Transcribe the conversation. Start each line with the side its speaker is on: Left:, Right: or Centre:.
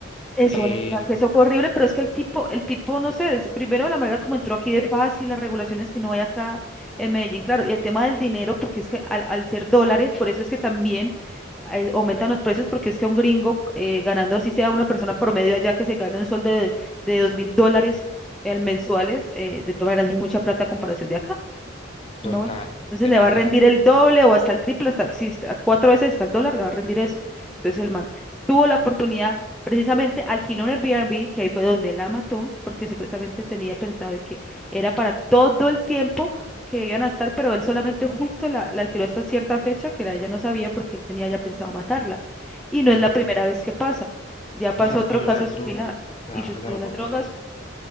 Centre: Eso,
Left: Eh,
Centre: Valentina, que eso fue horrible, pero es que el tipo, el tipo, no sé, es primero la manera como entró aquí de fácil, las regulaciones que no hay acá en Medellín, claro, y el tema del dinero, porque es que al, al ser dólares, por eso es que también eh, aumentan los precios, porque es que un gringo eh, ganando así sea una persona promedio allá que se gane un sueldo de, de dos mil dólares eh, mensuales, eh, de todas maneras es mucha plata a comparación de acá.
Left: total.
Centre: ¿Sí me hago entender? Entonces
Left: Es demasiado.
Centre: le va a rendir el doble o hasta el triple, hasta, sí, hasta cuatro veces hasta el dólar le va a rendir eso. Entonces el man tuvo la oportunidad, precisamente alquiló un Airbnb, que ahí fue donde la mató, porque supuestamente tenía pensado de que era para todo el tiempo que iban a estar, pero él solamente justo la, la alquiló hasta cierta fecha, que la- ella no sabía porque él tenía ya pensado matarla. Y
Left: Sí.
Centre: no es la primera vez que pasa, ya pasó
Left: Y se escudó
Centre: otro caso
Left: en las
Centre: similar.
Left: drogas. O sea,
Centre: Y se estuvo
Left: es algo
Centre: en las drogas,
Left: muy,